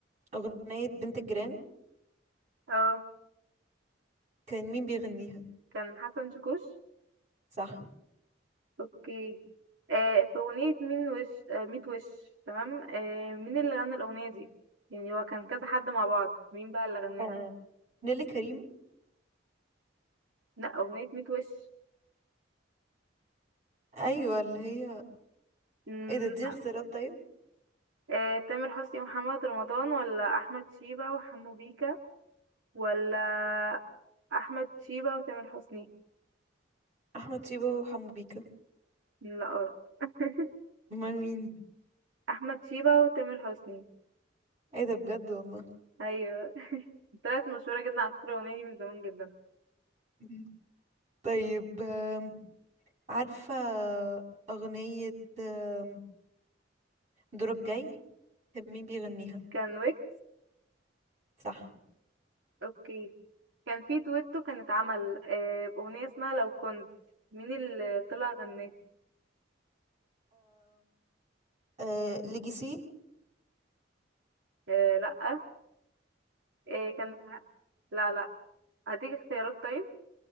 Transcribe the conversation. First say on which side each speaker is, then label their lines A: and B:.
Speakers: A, on the right; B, on the right.
A: اغنيه بنت الجيران
B: اه
A: كان مين بيغنيها
B: كان حسن شاكوش
A: صح
B: اوكي آه في أغنية مين وش آه ميت وش تمام آه مين اللي غنى الأغنية دي يعني هو كان كذا حد مع بعض مين بقى اللي غناها
A: آه نيلي كريم
B: لا أغنية ميت وش
A: ايوه اللي هي
B: مم،
A: ايه ده اديني اختيارات طيب
B: آه تامر حسني ومحمد رمضان ولا أحمد شيبة وحمو بيكا ولا أحمد شيبة وتامر حسني
A: احمد شيبة وحمو بيكا
B: لا غلط <laughs>
A: امال مين
B: أحمد شيبة وتامر حسني
A: ايه ده بجد والله
B: أيوة طلعت مشهورة جدا على فكرة الأغنية دي من زمان جدا
A: مم. طيب آم، عارفه اغنيه آم، دورك جاي كان مين بيغنيها
B: كان ويجز
A: صح
B: اوكي كان في دويتو كان اتعمل آه، اغنية اسمها لو كنت مين اللي طلع غناه
A: آه ليجاسي
B: آه، لأ آه، كان لا لا هديك اختيارات طيب